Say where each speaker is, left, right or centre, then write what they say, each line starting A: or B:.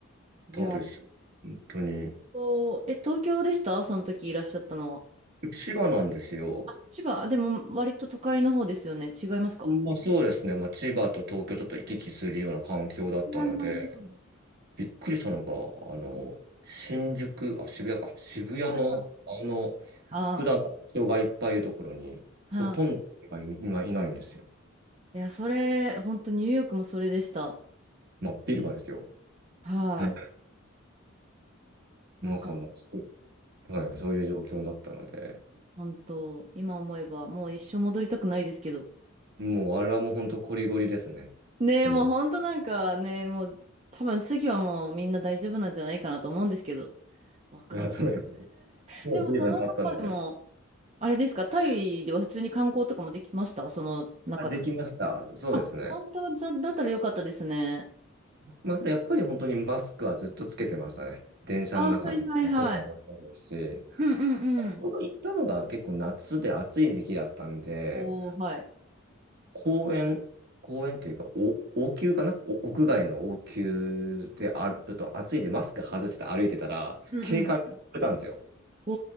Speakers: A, on the right; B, on the right.
A: いや、
B: たです。
A: えっ
B: 本当に。
A: とえ東京でしたその時いらっしゃったのは。
B: 千葉なんですよ。
A: 千葉、でも割と都会の方ですよね。違いますか
B: まあそうですね。まあ千葉と東京ちょっと行き来するような環境だったので、
A: 違います。
B: びっくりしたのが、あの、新宿、あ、渋谷か、渋谷の、
A: はいはい。
B: あの、
A: あ
B: 普段は人がいっぱいいるところに、
A: あ、
B: ほとんど人がい、
A: は
B: 今いないんですよ。
A: い。いや、それ、本当ニューヨークもそれでした。
B: 真っ昼間ですよ。
A: はい。
B: な
A: なんか、
B: んかあの、そうはい、そういう状況だったので、
A: 本当、今思えば、もう一生戻りたくないですけど。
B: もうあれはもう本当こりごりですね。
A: ねえ、
B: うん、
A: もう本当なんかね、
B: い
A: もう、多分次はもうみんな大丈夫なんじゃないかなと思うんですけど。わかんない。
B: やそうですもう随分経ったので。
A: <laughs> でも、その中でも、あれですか、タイでは普通に観光とかもできましたその中でも。
B: あ、できました。そうですね。
A: あ、本当じゃ、だったらよかったですね。
B: まあ、けどやっぱり本当にマスクはずっとつけてましたね。電車の中とかやってたのもそうですし、
A: あ、はいはいはい。うんうんうん。
B: ほど行ったのが結構夏で暑い時期だったんで、
A: おー、はい。
B: 公園、公園というか、お、王宮かなお屋外の王宮であると暑いんでマスク外して歩いてたら、
A: うんうん。
B: 警官に言われたんですよ。
A: お